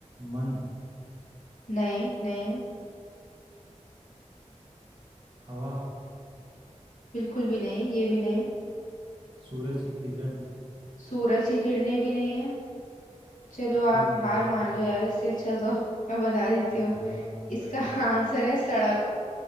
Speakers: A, on the right; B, on the left.
A: मन
B: नहीं नहीं
A: हवा
B: बिल्कुल भी नहीं ये भी नहीं
A: सूरज की किरण
B: सूरज की किरणें भी नहीं चलो
A: अब
B: आप
A: तू ही बता
B: हार
A: दे
B: मान
A: फिर तो
B: लो यार इससे अच्छा तो मैं बता देती
A: ठीक
B: हूँ
A: है हार मान ले
B: इसका
A: बता
B: <laughs>
A: दे
B: आंसर है सड़क